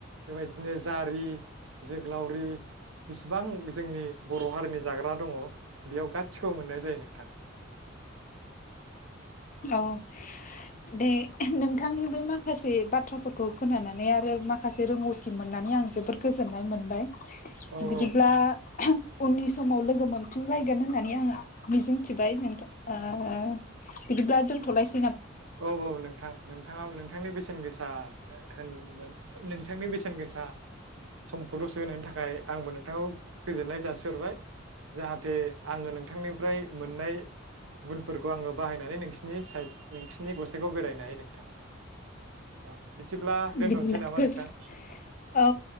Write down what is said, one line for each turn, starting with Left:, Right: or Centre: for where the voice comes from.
Right: बेबायदिनो जारि जोग्लावरि बिसेबां जोंनि बर' हारिनि जाग्रा दङ बेयाव गासिखौबो मोननाय जायो नोंथां
Left: औ दे नोंथांनि बे माखासे बाथ्राफोरखौ खोनानानै आरो माखासे रोंगौथि मोननानै आं जोबोर गोजोननाय मोनबाय
Right: औ
Left: बिदिब्ला
Right: औ नोंथां
Left: उननि समाव लोगो मोन मोनफिनलायगोन होननानै आं मिजिंथिबाय नोंथा ओ बिदिब्ला दोनथ'लायस
Right: औ औ नोंथां नोंथाङाबो नों थांनि बेसेन गोसा होन मोन नोंथांनि बेसेन गोसा समखौ द'से होनायनि थाखाय आंबो नोंथांखौ गोजोननाय जासिहरबाय जाहाथे आङो नोंथांनिफ्राय मोननाय गुनफोरखौ आङो बाहायनानै नोंसिनि साइड नोंसिनि गसाइगाव बेरायनो हायो नोंथां औ बिदिब्ला दोनथ'नोसै
Left: बिदिब्ला
Right: नामा
Left: गोजोन
Right: नोंथां
Left: औ